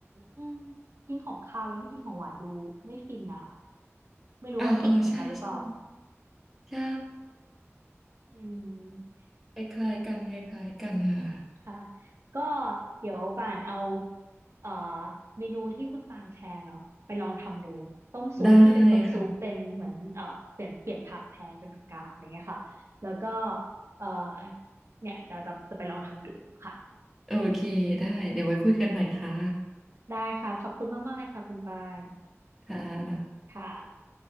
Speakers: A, on the right (about 60°); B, in the centre.
A: อืมกินของคาวแล้วไม่กินของหวานดูไม่ฟินนะคะไม่รู้ว่าติดเหมือนกันหรือเปล่า
B: อ่าเออใช่ใช่ใช่
A: อืม
B: คล้ายๆกันคล้ายๆกันค่ะ
A: ค่ะ ก็เดี๋ยวป่านเอาเอ่อเมนูที่คุณปางแชร์เนาะไปลองทำดูต้มซุปที่เป็นต้มซุปเป็นเหมือนเอ่อเปลี่ยนเปลี่ยนผักแทนเป็นผักกาดอะไรเงี้ยค่ะแล้วก็
B: ได้ค่ะ
A: เอ่อเนี่ยจะจะจะไปลองทำดูค่ะ
B: โอเคได้เดี๋ยวไว้คุยกันใหม่ค่ะ
A: ได้ค่ะขอบคุณมากๆเลยค่ะคุณปาง
B: ค่ะ
A: ค่ะ